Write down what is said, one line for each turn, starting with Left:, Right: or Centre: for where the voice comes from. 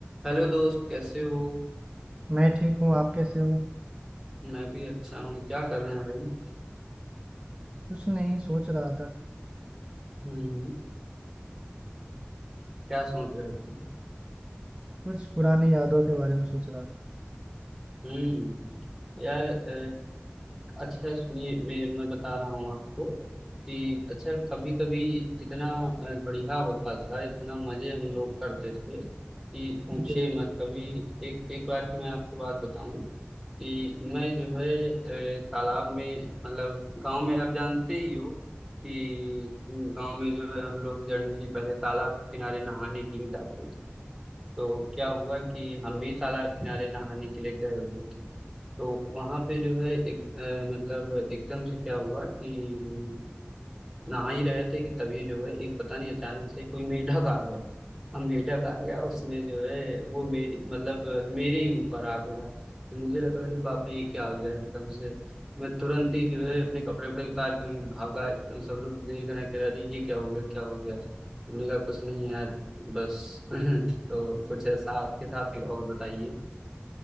Centre: Hello दोस्त कैसे हो
Right: मैं ठीक हूँ आप कैसे हो
Centre: मैं भी अच्छा हूँ क्या कर रहे हैं भाई
Right: कुछ नहीं सोच रहा था
Centre: हम्म क्या सोच रहे थे
Right: कुछ पुरानी यादों के बारे में सोच रहा था
Centre: हम्म यार अ, अच्छा सुनिए मेरे मैं बता रहा हूँ आपको कि अच्छा कभी कभी इतना अ, बढ़िया होता था इतना मजे हम लोग करते थे कि पूछिए
Right: जी
Centre: मत कभी एक एक बार की मैं आपको बात बताऊं कि मैं जो है अ, तालाब में मतलब गांव में आप जानते ही हो कि गांव में जो है हम लोग जनरली पहले तालाब के किनारे नहाने के लिए जाते थे तो क्या हुआ कि हम भी तालाब किनारे नहाने के लिए गए हुए थे तो वहां पे जो है एक अ, मतलब एकदम से क्या हुआ कि नहा ही रहे थे कि तभी जो है एक पता नहीं अचानक से कोई मेढक आ गया अब मेढक आ गया उसने जो है वो मेरी मतलब अ, मेरे ही ऊपर आ गया तो मुझे लगा अरे बाप रे ये क्या आ गया एकदम से मैं तुरंत ही जो है अपने कपड़े वपड़े उतार के वहीं भागा एकदम सब लोग देख रहे हैं कह रहे अरे ये क्या हो गया क्या हो गया हमने कहा कुछ नहीं यार बस <laughs> तो कुछ ऐसा आपके साथ हुआ और बताइए